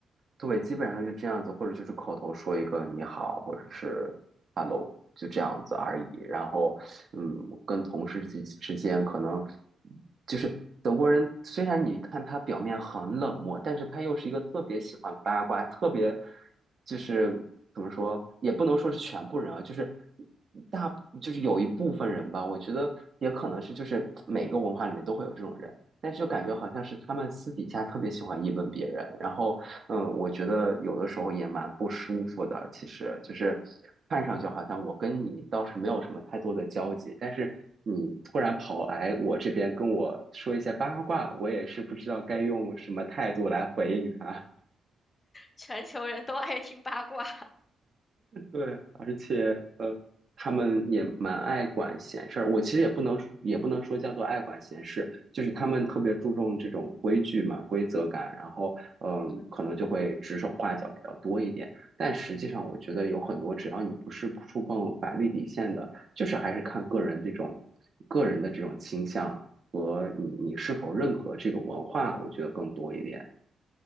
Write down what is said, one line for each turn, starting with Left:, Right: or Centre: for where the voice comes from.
Right: 对，基本上就这样子，或者就是口头说一个你好，或者是 hello，就这样子而已。然后，嗯，跟同事之之间可能就是德国人，虽然你看他表面很冷漠，但是他又是一个特别喜欢八卦，特别就是怎么说，也不能说是全部人啊，就是大就是有一部分人吧，我觉得也可能是就是每个文化里面都会有这种人。但是就感觉好像是他们私底下特别喜欢议论别人，然后嗯，我觉得有的时候也蛮不舒服的，其实就是看上去好像我跟你倒是没有什么太多的交集，但是你突然跑来我这边跟我说一些八卦，我也是不知道该用什么态度来回应他。
Left: 全球人都爱听八卦。
Right: 对，而且呃，他们也蛮爱管闲事儿。我其实也不能说也不能说叫做爱管闲事，就是他们特别注重这种规矩嘛、规则感，然后嗯、
Left: <laughs> 嗯。
Right: 可能就会指手画脚比较多一点。但实际上，我觉得有很多，只要你不是触碰法律底线的，就是还是看个人这种个人的这种倾向和你你是否认可这个文化，我觉得更多一点。